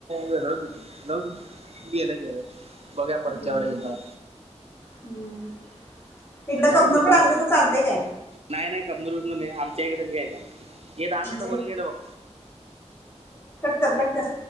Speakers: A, on the right (about 60°); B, on the left (about 20°).
A: वेगळंच होतं गेलं गेलं. बघा परत
B: हम्म.
A: वेळेला येईल तेव्हा.
B: हम्म. इकडं
A: यच
B: कबनूरकडे
A: दुसरकडे
B: असले तर चालतय काय
A: नाही नाही कमजूल कबजू नाही आमच्याकडेच घय. ये दहा मिनटं
B: तुमच्या होऊन
A: होन गेलं बघ.
B: ककटतस.